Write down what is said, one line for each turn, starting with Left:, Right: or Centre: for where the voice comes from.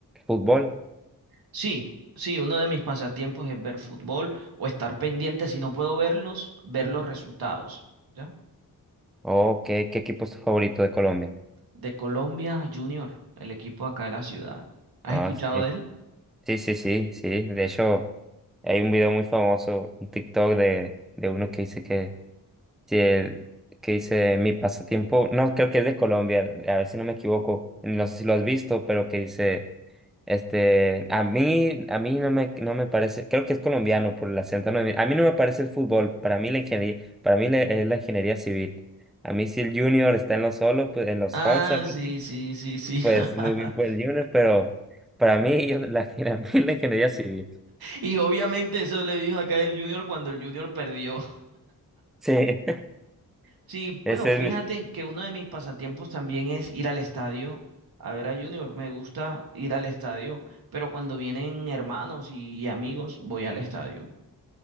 Centre: fútbol?
Right: Sí, sí, uno de mis pasatiempos es ver fútbol o estar pendiente, si no puedo verlos, ver los resultados, ¿ya?
Centre: Oh, ¿qué, qué equipo es tu favorito de Colombia?
Right: De Colombia Junior, el equipo acá de la ciudad. ¿Has
Centre: Ah,
Right: escuchado
Centre: sí.
Right: de él?
Centre: Sí, sí, sí, sí. De hecho, hay un video muy famoso, un TikTok de, de uno que dice que, si el- que dice mi pasatiempo, no, creo que es de Colombia, a ver si no me equivoco, no sé si lo has visto, pero que dice, este, a mí, a mí no me, no me parece, creo que es colombiano por el acento, no, a mí no me parece el fútbol, para mí la ingeniería, para mí la- es la ingeniería civil. A mí si el junior está en los solos, pues en los
Right: Ah,
Centre: 11, algo
Right: sí,
Centre: así,
Right: sí, sí, sí. <laughs>
Centre: pues muy bien por el junior, pero para mí, yo, la, <laughs> a mí la ingeniería civil.
Right: Y obviamente eso le dijo acá el Junior cuando el Junior perdió.
Centre: Sí,
Right: Sí,
Centre: <laughs>
Right: bueno,
Centre: ese
Right: fíjate
Centre: es mi...
Right: que uno de mis pasatiempos también es ir al estadio a ver a Junior. Me gusta ir al estadio, pero cuando vienen hermanos y amigos voy al estadio.